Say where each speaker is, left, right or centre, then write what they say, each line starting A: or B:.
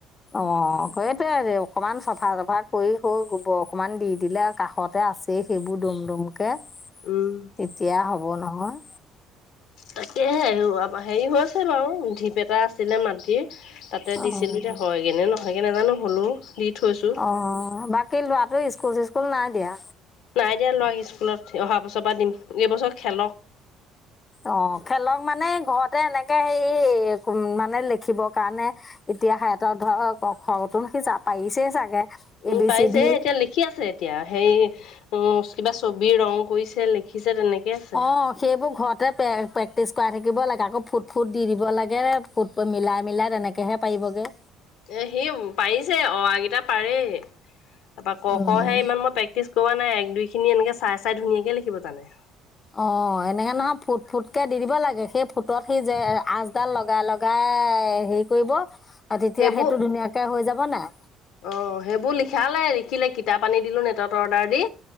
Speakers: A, on the left; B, on the left.
A: অ সেইটোয়ে অকমান চফা চফা কৰি সৰু গোবৰ অকমান দি দিলে কাষত আছেই সেইবোৰ দম দমকে
B: উম।
A: তেতিয়া হব নহয়
B: তাকেহে হেৰি হৈ আছে বাৰু ধীপ এটা আছিলে মাটিৰ তাতে
A: অ',
B: দিছিলো যে হয় কেনে নহয় কেে নাজানো হ'লো দি থৈছো।
A: অ বাকী লৰাটো স্কুল চিস্কুল নাই দিয়া
B: নাই দিয়া ল'ৰাৰাক স্কুলত অহা বছৰ পৰা দিম এইবছৰ খেলক
A: অ খেলক মানে ঘৰতে এনেকে হে মানে লিখিবৰ কাৰণে এতিয়া সিহঁতৰ ধৰ ঘৰতো সি য পাৰিছেই চাগে এ
B: উম
A: বি
B: পাইছে
A: চি ডি
B: এতিয়া লিখি আছে এতিয়া সেই উ কিবা ছবি ৰং কৰিছে লিখিছে তেনেকৈ আছে
A: অ সেইবোৰ ঘৰত তাতেে প্ৰেক্টিচ কৰাই থাকিব লাগে আকৌ ফুট ফুট দি দিব লাগে ফুট মিলাই মিলাই তেনেকৈহে পাৰিবগৈ
B: এ সি পাৰিছে অৱগিটা পাৰে তাৰপা ক
A: উম।
B: খহে ইমান মই প প্ৰেক্ি কৰা নাই এক দুইখিনি এনেকৈ চাই চাই ধুীয়াকৈ লিখিব জানে
A: অ এনেকে নহয় ফুট ফুটকে দি দিব লাগে সেই ফুটত সি যে আচডাল লগাই লগাই এ হেৰি কৰিব তেতিয়া
B: সেইবোৰ
A: সেইটো ধুনীয়াকে হৈ যাব নাই
B: অ সেইবোৰ লিখালে লিখিলে কিতাপ আনি দিলো নেটত অৰ্ডাৰ দি